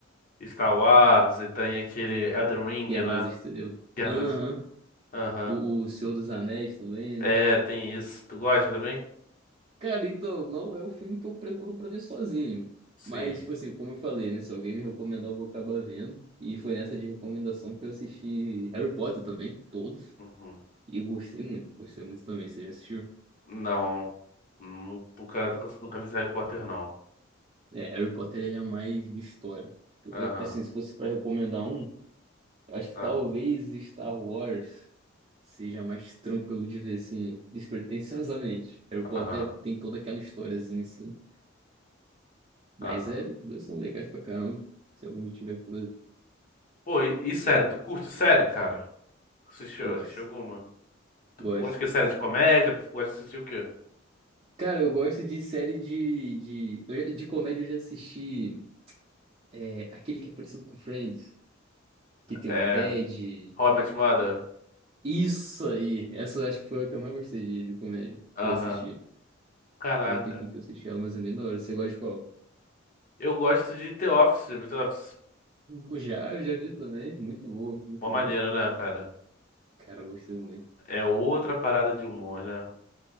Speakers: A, on the left; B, on the right.
A: Star Wars, e tem aquele Elden Ring,
B: Guerra
A: né?
B: nas Estrelas.
A: Guerra
B: Aham.
A: nas... Aham.
B: O, o Senhor dos Anéis também,
A: É,
B: né?
A: tem isso. Tu gosta também?
B: Cara, então, não é o filme que eu procuro pra ver sozinho.
A: Sim.
B: Mas, tipo assim, como eu falei, né? Se alguém me recomendar, eu vou acabar vendo. E foi nessa de recomendação que eu assisti Harry Potter também, todos.
A: Uhum.
B: E eu gostei muito, gostei muito também. Você já assistiu?
A: Não. Nu- Nunca, nunca, nunca vi esse Harry Potter, não.
B: É, Harry Potter, ele é mais de história. Tipo,
A: Aham,
B: Eu, assim, se fosse pra recomendar um, acho que
A: aham,
B: talvez Star Wars seja mais tranquilo de ver, assim, despretensiosamente. <laughs> Harry
A: aham,
B: Potter tem toda aquela historiazinha, assim. Mas
A: aham.
B: é, os dois são legais pra caramba. Se alguém tiver curiosidade.
A: Pô, e, e sério, tu curte série, cara? Assistiu,
B: Gosto,
A: assistiu alguma? Tu,
B: gosto.
A: tu gosta de série de comédia? Gosta de assistir o quê?
B: Cara, eu gosto de série de, de, eu já- de comédia. Eu já assisti é, aquele que é parecido com Friends, que tem
A: É.
B: o Ted.
A: How I Met Your Mother?
B: Isso aí! Essa eu acho que foi a que eu mais gostei de, de comédia
A: Aham.
B: que eu assisti.
A: Caraca.
B: Tem um tempinho que eu assisti ela, mas é bem da hora. Você gosta de qual?
A: Eu gosto de The Office, já viu The Office.
B: Eu Já, eu já vi também. Muito boa, muito
A: Uma maneira,
B: boa.
A: né, cara?
B: Cara, eu gostei muito.
A: É outra parada de humor, né?